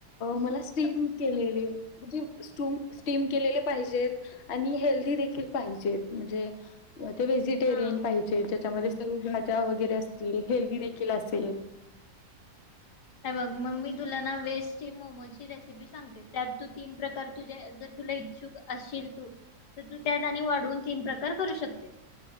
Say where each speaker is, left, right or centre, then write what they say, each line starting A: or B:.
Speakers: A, on the left (about 50°); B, on the left (about 75°).
A: मला स्टीम के म्हणे सम के ज आणि हेल्थी देील पाजेत म्हणजे ते व्हेजिटेरियन
B: हा
A: पाहिजे त्याच्यामध्ये सर्व भाज्या वगैरे असतील हेल्दी देखील असेल
B: बघ मग मी तुला ना वेस्ट मोमोची रेसिपी सांगते त्यात तू तीन प्रकार तुझ जर तुला इचछुक असशील तू तर तू त्यात आणि वाढवून तीन प्रकार करू शकतेस